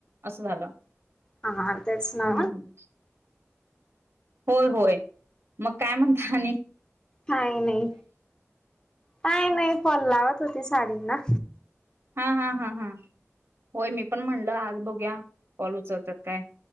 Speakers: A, on the right; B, on the left.
A: असं झालं.
B: हा हा तेच ना
A: हम्म होय होय, मग काय म्हणता आणि?
B: काय नाही काय नाही फाॅल लावत होते साडींना.
A: हा हा हा हा होय मी पण म्हणलं आज बघुया कॉल उचलत्यात काय.